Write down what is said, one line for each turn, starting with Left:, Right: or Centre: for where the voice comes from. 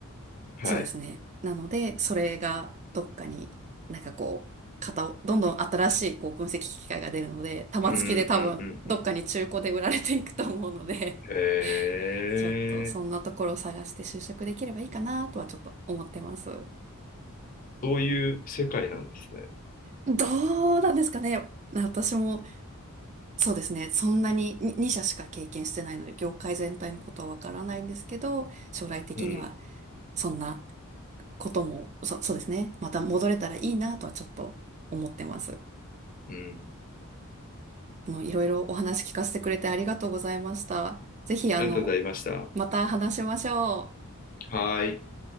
Left: ーはい。
Right: そうですね。なので、それがどっかになんかこう、型を、どんどん新しいこう分析機械が出るので、玉突きで多分どっかに中古で売られていくと思うので、
Left: うんうんうんうん。へえ、
Right: <laughs> ちょっとそんなところを探して就職できればいいかなとはちょっと思ってます。
Left: そういう世界なんですね。
Right: どうなんですかね。私もそうですね。そんなにに2社しか経験してないので、業界全体のことはわからないんですけど、将来的には
Left: うん、
Right: そんなことも、そ、そうですね。また戻れたらいいなとはちょっと思ってます。
Left: うん。
Right: あの、いろいろお話聞かせてくれてありがとうございました。ぜひ、あの、
Left: ありがとうございました。
Right: また話しましょう。
Left: はーい。